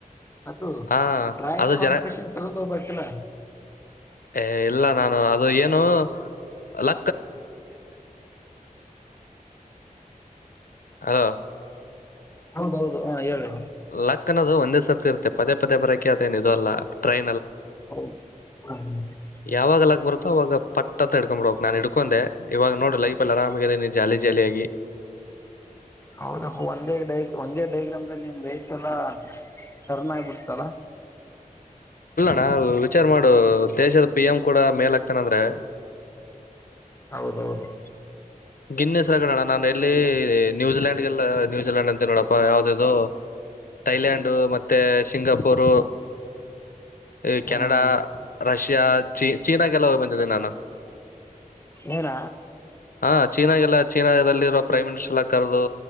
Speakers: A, on the left (about 20°); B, on the left (about 80°).
A: ಅದು
B: ಹ
A: ಡ್ರಾಯಿಂಗ್
B: ಅದು
A: ಕಾಂಪಿಟೇಷನ್
B: ಜನ
A: ತಗೊಂಡ್ ಹೋಗ್ಬು ಕನ್ನ
B: ಏ ಇಲ್ಲ ನಾನು ಅದು ಏನು ಅಲ್ಲ ಅಲೋ
A: ಹೌದೌದು ಹ ಹೇಳಿ
B: ಲಕ್ಕ ಅನ್ನೋದು ಒಂದೇ ಸರ್ತಿ ಇರುತ್ತೆ ಪದೇ ಪದೇ ಬರಕೆ ಅದೇಏನ್ ಇದು ಅಲ್ಲ ಪ್ರಟೈ್
A: ಹೌದು
B: ಯಾವಾಗಲಕ್ ಬರುತ್ತೋ ಅವಾಗ ಪಟ್ಟತ್ತ ಹಡ್ಕೊಂಡ್ಬಡಕ್ ನಾು ಹಡ್ಕೊಂಡೆ ಇವಾಗ ನೋಡಡಿ ಲ ಇ ಆರಾಮನೆ ಜಾಲಿ ಜಾಲಿಯ ಆಾಗಿ
A: ಹೌದಪ್ಪ ಒಂದೇ ಡೈ ಒಂದೇ ಡೈಗ್ರಾಮ್ಲ್ಲಿ ನಿಮ ಬ ಇಲ್ಲ ಕರ್ನ ಆಾಗಿಬಿಡ್ತಲ್ಲ
B: ನಾ ವಿಚಾರ ಮಾಡ ನ ದೇಶದ ಪಿ ಎಂ ಕೂಡ ಮೇಲ್ ಹಾಕ್ತೇಾನ ಅಂದ್ರೆ
A: ಹೌದೌದು
B: ಗಿನ್ನೆಿಸ್ರಗೋಣ ನಾನು ಎಲ್ಲಿ ನ್ಯೂಜಿಲೆಯಾಂಡ್ ಲ್ಲನ್ೂಜಿಲೆಂಡ್ ಅಂತ ನೋಡ ಯಾವ್ದದು ಥೈಲ್ಯಾಂಡ್ ಮತ್ತೆ ಸಿಂಗಾಪುರ್ ಈ
A: ಹ್ಮ್
B: ಕೆನಡಾ ರಷ್ಯಾ ಚ ಚೀನಾಾಗೆಲ್ಲ ಹೋಗಿ ಬಂದಿದ್ದೀಿ ನಾನು
A: ಏನ
B: ಹಾ ಚೀನಾಗೆಲ್ಲ ಚೀನಾದಲ್ಲಿರುವ ಪ್ರೈ ಸಲ ಕರೆದು